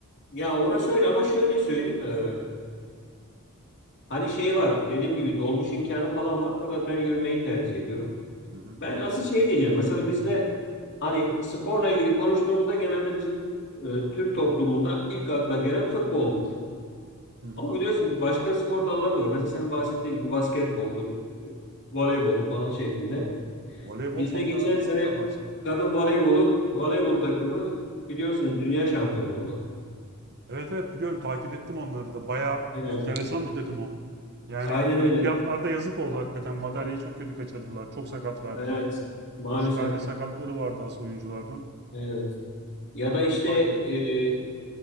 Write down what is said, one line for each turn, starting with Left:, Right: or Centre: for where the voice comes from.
Left: Ya orası öyle ama şöyle söyleyeyim. e, hani şey var dediğim gibi dolmuş imkanı falan var. Fakat ben yürümeyi tercih ediyorum.
Right: Hı hı.
Left: Ben asıl şey diyeceğim. Mesela bizde hani sporla ilgili konuştuğumuzda genelde bizim e, Türk toplumunda ilk akla gelen futboldur.
Right: Hı hı.
Left: Ama biliyorsun başka spor dalları da var. Mesela senin bahsettiğin gibi basketboldu, e, voleyboldu falan şeklinde.
Right: Voleybol
Left: Bizde
Right: son
Left: geçen
Right: dönemde
Left: sene
Right: çok revaçta.
Left: kadın voleybolu, voleybol takımı biliyorsun dünya şampiyonu oldu.
Right: Evet evet biliyorum takip ettim onları da. Bayağı
Left: Evet.
Right: enteresan bir takım o. Yani
Left: Aynen
Right: olimpiyatlarda
Left: öyle.
Right: yazık oldu hakikaten. Madalyayı çok kötü kaçırdılar. Çok sakat verdiler.
Left: Evet. Maalesef.
Right: Üç tane sakatları vardı asıl oyunculardan.
Left: Evet. Ya
Right: Onları
Left: da işte
Right: da takip ettim.
Left: e,